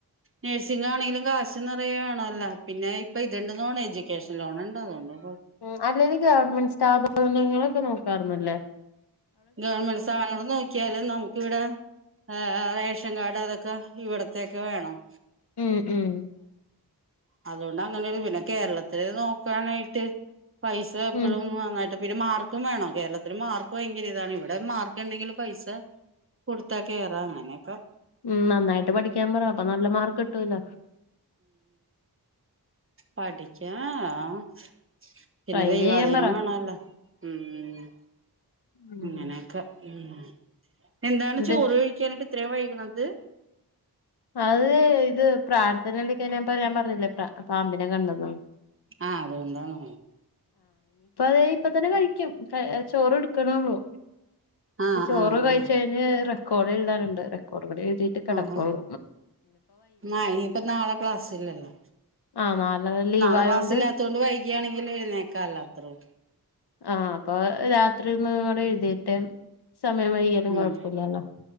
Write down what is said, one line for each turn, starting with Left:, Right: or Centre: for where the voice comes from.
Right: നേഴ്സിങ്ങാണേലും കാശ് <unintelligible> പിന്നെ ഇപ്പൊ ഇത് ഉണ്ടെന്ന് തോന്നണ് എഡ്യൂക്കേഷൻ ലോൺ ഉണ്ട് അതുകൊണ്ടാണ്‌
Left: ഉം അല്ലേലും ഗവണ്മെന്റ് സ് <unintelligible> നോക്കാർന്നില്ലേ
Right: ഗവണ്മെന്റ് സ്ഥാപനങ്ങള് നോ- നമുക്കിവിടെ ആഹ് റേഷൻ കാർഡ് അതൊക്ക ഇവിടുത്തെ ഒക്കെ വേണം
Left: മ്മ് മ്മ്
Right: അതുകൊണ്ടാ അങ്ങനെ ഒരു കേരളത്തില് നോക്കാനായിട്ട് പൈസ എപ്പഴും
Left: ഉം
Right: നന്നായിട്ട് പിന്നെ മാർക്കും വേണം കേരളത്തില് മാർക്ക്‌ ഭയങ്കര ഇതാണ് ഇവിടെ മാർക്കിണ്ടെങ്കിലും പൈസ കൊടുത്താ കേറാം അങ്ങനെക്കെ
Left: മ്മ് നന്നായിട്ട് പഠിക്കാൻ പറ അപ്പൊ നല്ല മാർക്ക്‌ കിട്ടുവല്ലോ
Right: പഠിക്കാൻ ആഹ് പിന്നെ
Left: ട്രൈ
Right: ദൈവാധീനവും
Left: ചെയ്യാൻ പറ
Right: വേണോല്ല മ്മ്
Left: ഉം
Right: ഇങ്ങനെക്കെ മ്മ് എന്താണ്
Left: ഇത്
Right: ചോറ് കഴിക്കാനായിട്ട് ഇത്രേം വൈകു - അത്
Left: അത് ഇത് പ്രാർത്ഥനേൽ ഇരുന്നപ്പോ ഞാൻ പറഞ്ഞില്ലേ പാമ്പിനെ കണ്ടെന്ന്
Right: ആഹ് അതുകൊണ്ടാണ്
Left: ദേ ഇപ്പൊ തന്നെ കഴിക്കും ചോറ് കൊടുക്കണേ ഉള്ളു
Right: ആഹ്
Left: ചോറൊക്കെ
Right: ആഹ്
Left: കഴിച്ച്
Right: ആഹ്
Left: കഴിഞ്ഞ് കൊറേ എഴുതാനുണ്ട് റെക്കോർഡ് കൂടി എഴുതട്ടെ കിടക്കൂള്ളു
Right: ആഹ് ആഹ് ആഹ് ഇനിയിപ്പോ നാളെ ക്ലാസ്സില്ലല്ലോ
Left: ആ നാളെ ലീവ്
Right: നാളെ
Left: ആയോണ്ട്
Right: ക്ലാസ്സില്ലാത്ത കൊണ്ട് വൈകി ആണേലും എഴുനേൽക്കാല്ലോ അത്രേ ഉള്ളു
Left: ആഹ അപ്പൊ രാത്രി അവിടെ എഴുതിട്ട സമയം വൈകാലും
Right: ഉം
Left: കുഴപ്പില്ലല്ലോ